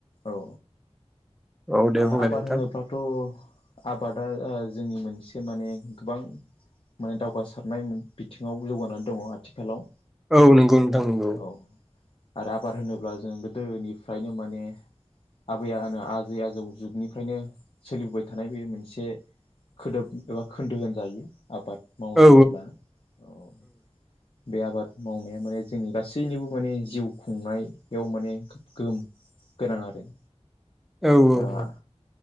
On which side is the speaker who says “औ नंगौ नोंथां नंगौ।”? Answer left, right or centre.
Centre